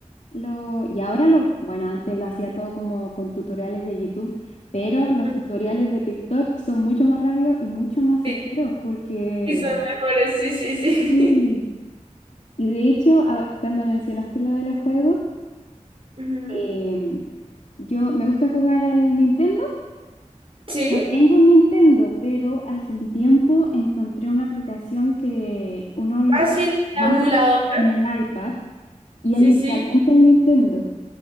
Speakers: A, on the left; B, on the right.
A: Lo, y ahora lo, bueno, antes lo hacía todo como con tutoriales de YouTube, pero los
B: Mm,
A: tutoriales de TikTok son mucho más rápidos y mucho más
B: Sí,
A: certeros porque...
B: y son mejores, sí, sí, sí.
A: Sí. Y de hecho, a- cuando mencionaste lo de los juegos,
B: <laughs> Ujú.
A: em, yo me gusta jugar el Nintendo
B: ¿Sí?
A: No tengo un Nintendo, pero hace un tiempo encontré una aplicación que uno lo
B: Ah, sí,
A: baja
B: la emuladora.
A: en el iPad y
B: Sí,
A: es literalmente
B: sí,
A: el Nintendo.